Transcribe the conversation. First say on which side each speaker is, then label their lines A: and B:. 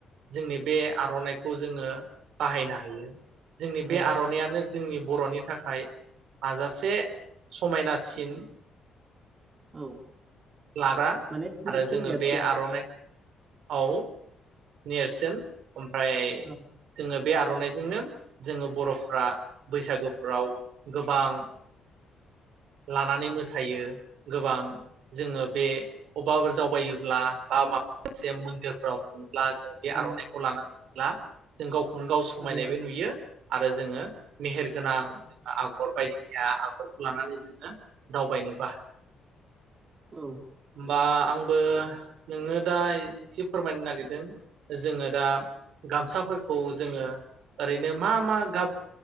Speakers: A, on the right; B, on the right.
A: जोंनि बे आर'नाइखौ जोङो बाहायनो हायो जोंनि
B: औ
A: बे आर'ननायानो जोंनि बर'नि थाखाय हाजासे समायनासिन
B: औ
A: लाग्रा
B: माने सिनायथि
A: आरो जोङो
B: नेरसोन
A: बे आर'ननाइ औ नेरसोन ओमफ्राय
B: औ
A: बे आर'नाइजोंनो जोङो बर'फ्रा बैसागुफ्राव गोबां लानानै मोसायो गोबां जोङो बे अबाफोर दावबायोब्ला बा माबा मोनसे मन्दिरफोराव थाङो ब्ला जों बे
B: औ
A: आर'नाइखौ लाना ब्ला जों गाव नो गाव समायनायबो
B: औ
A: नुयो आरो जोङो मेहेर गोनां आगर बायदि गैया आगरखौ लानानै जोङो दावबायनोबो हायो
B: औ
A: बा आंबो नोंनो दा एसे फोरमायनो नागिरदों जोङो दा गामसाफोर खौ जोङो ओरैनो मा मा गाब